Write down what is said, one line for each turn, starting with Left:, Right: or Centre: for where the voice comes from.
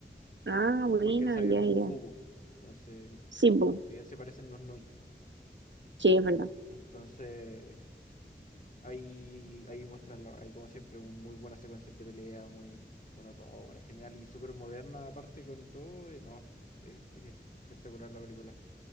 Right: Ah, buena,
Left: porque él sabía
Right: ya,
Left: kung
Right: ya.
Left: fu, po. Entonces,
Right: Sí, bu-
Left: si bien se parecen, no es lo mismo.
Right: sí, es verdad.
Left: Entonces, Ahí, ahí muestran, la- ahí como siempre, un- muy buenas secuencias de pelea, muy bueno todo, bueno, genial y súper moderna aparte con todo. eh, no, es, es espectacular la película.